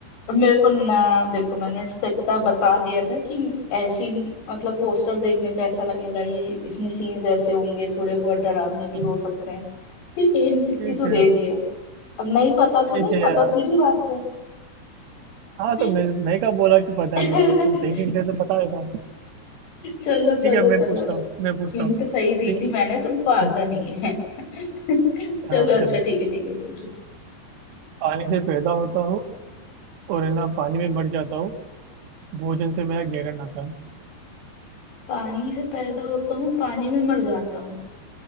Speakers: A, on the left; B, on the right.
A: <laughs> मेरे को ना देखो मैंने इसका इतना बता दिया था कि ऐसी मतलब पोस्टर देखने पे ऐसा लगेगा ये इसमें सीन्स ऐसे होंगे थोड़े बहुत डरावने भी
B: हम्म,
A: हो सकते हैं ठीक है हिंट इतनी
B: ठीक
A: तो
B: है
A: दे दी है अब नहीं पता
B: ठीक
A: तो नहीं
B: है
A: पता
B: यार
A: सीधी बात है
B: हाँ तो मैं
A: <laughs>
B: मैं क्या बोला कि पता
A: <laughs>
B: है मेरे को अगर तुम सही नहीं थे तो बता देता हूँ
A: चलो चलो
B: ठीक है मैं
A: चलो
B: पूछता हूँ मैं पूछता
A: हिंट
B: हूँ
A: सही दी
B: ठीक है
A: थी मैंने तुमको
B: हम्म।
A: आता नहीं है <laughs> चलो
B: हाँ
A: अच्छा
B: चलो
A: ठीक है ठीक है पूछो
B: पानी से पैदा होता हूँ और है ना पानी में मर जाता हूँ भोजन से मेरा गहरा नाता है
A: पानी से पैदा होता हूँ पानी में मर जाता हूँ